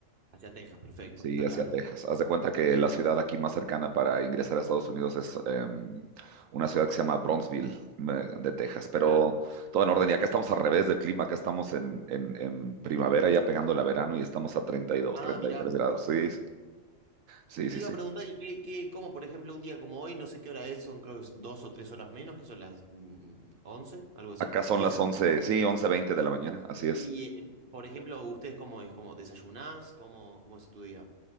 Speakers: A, on the right (about 45°); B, on the right (about 80°).
A: Hacia Texas, perfecto,
B: Sí,
A: está
B: hacia
A: claro.
B: Texas. Haz de cuenta que la ciudad aquí más cercana para ingresar a Estados Unidos es em, una ciudad que se llama Bronzeville, me- de Texas, pero
A: Claro.
B: todo en orden. Y acá estamos al revés del clima, acá estamos en, en- en primavera, ya pegando la verano y estamos a 32,
A: Ah,
B: 33
A: mirá.
B: grados. Sí, sí,
A: Y
B: sí,
A: te iba
B: sí.
A: a preguntar, ¿y qué, qué, cómo, por ejemplo, un día como hoy, no sé qué hora es, son creo que es dos o tres horas menos, que son las mm, 11, algo así,
B: Acá son
A: diez
B: las
A: once
B: 11, sí, 11:20 de la mañana, así es.
A: Y, eh, por ejemplo, ¿ustedes cómo es? ¿Cómo desayunás? ¿Cómo, cómo es tu día?